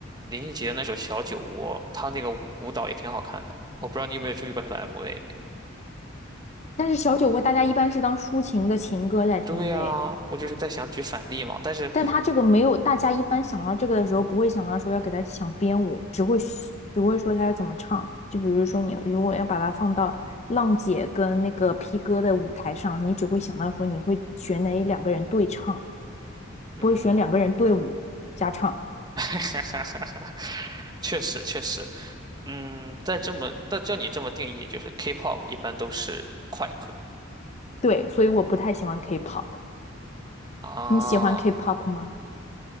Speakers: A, on the right (about 20°); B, on the left (about 35°).
A: 林俊杰的那首《小酒窝》，他那个舞舞蹈也挺好看的。我不知道你有没有注意过他的 MV。
B: 但是小酒窝大家一般是当抒情的情歌在听的耶
A: 对呀，我就是在想举反例嘛，但是
B: 但他这个没有，大家一般想到这个的时候，不会想到说要给他想编舞，只会只会说他要怎么唱。就比如说你如果要把它放到浪姐跟那个 P 哥的舞台上，你只会想到说你会选哪两个人对唱，
A: 嗯，
B: 不会选两个人对舞加唱。
A: <laughs> 确实确实，嗯，在这么但叫你这么定义，就是 K-pop 一般都是快歌
B: 对，所以我不太喜欢 K-pop。
A: 啊。
B: 你喜欢 K-pop 吗？